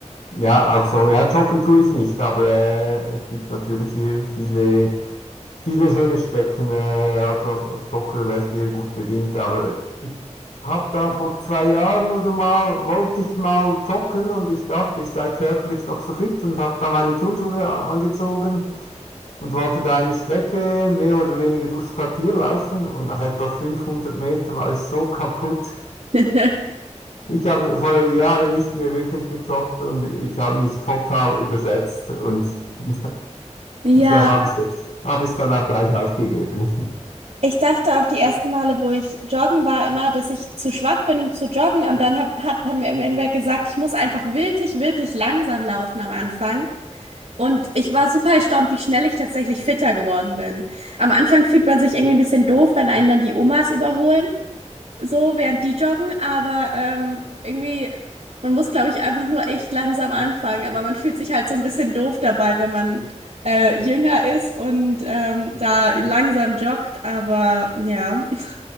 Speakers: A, on the left; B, on the right.
A: ja, auch so, ja, joggen tue ich nicht, aber äh, es gibt natürlich hier viele, viele schöne Strecken. Äh, also als, als Jogger wärst du hier gut bedient, aber ich hab da vor zwei Jahren oder mal, wollte ich mal joggen und ich dachte, ich sei körperlich noch so fit und habe da meine Turnschuhe angezogen und wollte da eine Strecke mehr oder weniger durchs Quartier laufen und nach etwa 500 Metern war ich so <laughs> kaputt.
B: <laughs>
A: Ich habe vor Jahren nicht mehr wirklich gejoggt und ich habe mich total überschätzt und <laughs>
B: Ja,
A: da habe ich es jetzt, habe ich es dann auch gleich aufgegeben.
B: ich dachte auch die ersten Male, wo ich joggen war, immer, dass ich zu schwach bin, um zu joggen. Und dann hab, hat, hat mir irgendwer gesagt, ich muss einfach wirklich, wirklich langsam laufen am Anfang. Und ich war super erstaunt, wie schnell ich tatsächlich fitter geworden bin. Am Anfang fühlt man sich irgendwie ein bisschen doof, wenn einen dann die Omas überholen, so während die joggen, aber ähm, irgendwie, man muss, glaube ich, einfach nur echt langsam anfangen. Aber man fühlt sich halt so ein bisschen doof dabei, wenn man äh, jünger ist und ähm, da langsam joggt. Aber ja. <laughs>